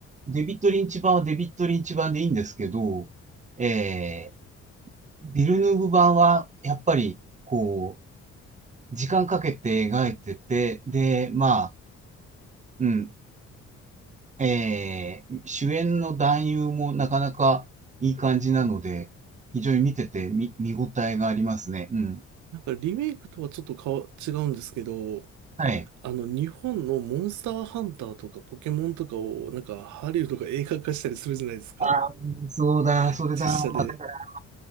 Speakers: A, on the right; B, on the right.
A: デビッド・リンチ版はデビッド・リンチ版でいいんですけど、えー、ビルヌーブ版はやっぱり、こう、時間かけて描いてて、で、まあ、うん、えー主演の男優もなかなかいい感じなので、非常に見てて見、見応えがありますね。うん。
B: なんかリメイクとはちょっとかわ違うんですけど、
A: はい。
B: あの、日本のモンスターハンターとかポケモンとかを、なんかハリウッドが映画化したりするじゃないですか。
A: あーそうだ、
B: <laughs>
A: それだ。
B: 実写で。
A: だから